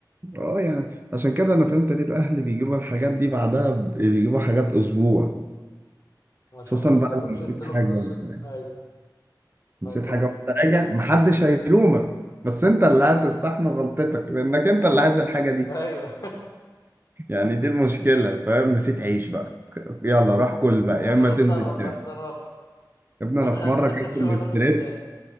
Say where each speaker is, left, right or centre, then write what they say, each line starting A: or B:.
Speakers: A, on the right; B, on the left.
A: اه يعني عشان كده أنا فهمت ليه الأهل بيجيبوا الحاجات دي بعدها ب- بيجيبوا حاجات أسبوع
B: عشان
A: خصوصا
B: ما يضطروش
A: بقى لو نسيت
B: ينزلوا
A: حاجة
B: في نص ال...
A: يعني
B: ايوه ما
A: نسيت
B: يضطروش
A: حاجة وأنت راجع محدش هيلومك بس أنت اللي هتستحمل غلطتك لأنك أنت اللي عايز الحاجة دي
B: ايوه
A: يعني دي المشكلة فاهم نسيت عيش بقى يلا روح كل
B: <laughs>
A: بقى
B: يلا
A: يا اما
B: انا
A: تنزل
B: اتصرف بقى
A: تاني
B: اتصرف لي.
A: يا ابني
B: انا
A: انا في مرة اكلت
B: <laughs> شوف
A: الاستريبس
B: هتاكل ازاي